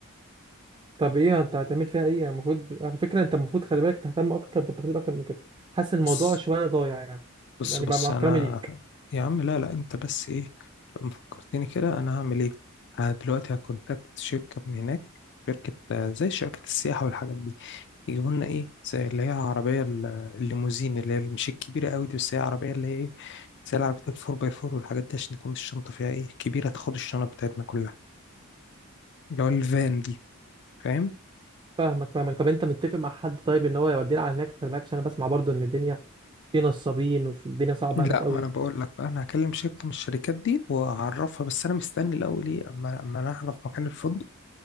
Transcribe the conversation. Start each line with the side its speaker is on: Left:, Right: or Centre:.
Right: طب ايه انت هتعمل فيها ايه يعني المفروض على فكره انت المفروض خلي بالك تهتم اكتر بالتخطيط اكتر من كده حاسس الموضوع
Left: بيها
Right: شويه ضايع يعني
Left: بص
Right: يعني
Left: بص
Right: بقى مع
Left: انا
Right: احترامي ليك
Left: يا عم لا لا انت بس ايه لما فكرتني كده انا هعمل ايه ه- دلوقتي هكونتاكت شركه من هناك شركه آه، زي شركه السياحه والحاجات دي يجيبوا لنا ايه زي اللي هي عربيه ال- الليموزين اللي هي مش الكبيره قوي دي بس هي عربيه اللي هي ايه زي العربيات الفور باي فور والحاجات دي عشان تكون الشنطه فيها ايه كبيره تاخد الشنط بتاعتنا كلها اللي هو الفان دي فاهم
Right: فاهمك فاهمك طب انت متفق مع حد طيب ان هو يودينا على هناك خلي بالك عشان انا بسمع برضو ان الدنيا في نصابين والدنيا صعبه
Left: لا
Right: هناك قوي
Left: ما انا بقول لك بقى انا هكلم شركه من الشركات دي واعرفها بس انا مستني الاول ايه اما اما انا اعرف مكان الفندق